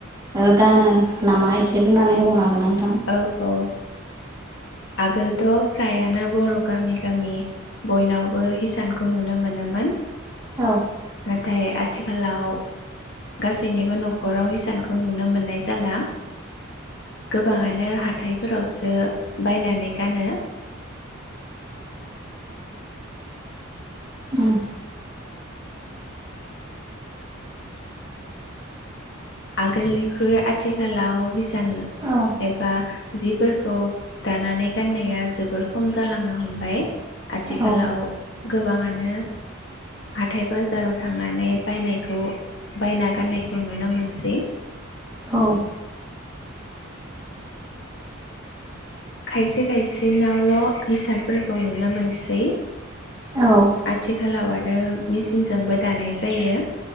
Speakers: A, on the right; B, on the left.
A: ओ गानो नामा एस दे बुंनानै होबावनो हागोन आं
B: औ औ आगोलथ' फ्रायानो बर' गामि गामि बयनावबो हिसानखौ नुनो मोनोमोन।
A: औ
B: नाथाय आथिखालाव गासैनिबो न'खराव हिसानखौ नुनो मोननाय जाला गोब बाङानो हाथायफोरावसो बायनानै गानो।
A: उम
B: आगोलनिख्रुय आथिखालाव हिस सान
A: औ
B: एबा जिफोरखौ दानानै गाननाया जोबोर खम जालांनो हमबाय। आथिखालाव
A: औ
B: गोबाङा नो हाथाय बाजाराव थांनानै बायनायखौ बायना गाननायखौ नुनो मोन सै
A: औ
B: खायसे खायसे नावल' इसानफोरखौ नुनो मोनसै
A: औ
B: आथिखालाव आ रो मिसिनजोंबो दानाय जायो।